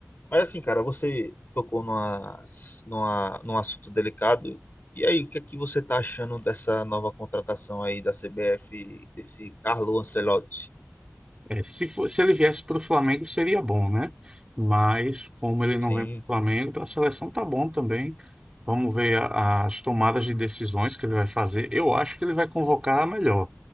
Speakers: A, on the left; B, on the right.
A: Mas assim, cara, você tocou numa, numa, num assunto delicado. E aí, o que é que você tá achando dessa nova contratação aí da CBF, desse Carlo Ancelotti?
B: É, se for- se ele viesse para o Flamengo, seria bom, né? Mas como ele não
A: Sim,
B: vem para o Flamengo, para a seleção tá bom também. Vamos ver a- as tomadas de decisões que ele vai fazer. Eu acho que ele vai convocar a melhor,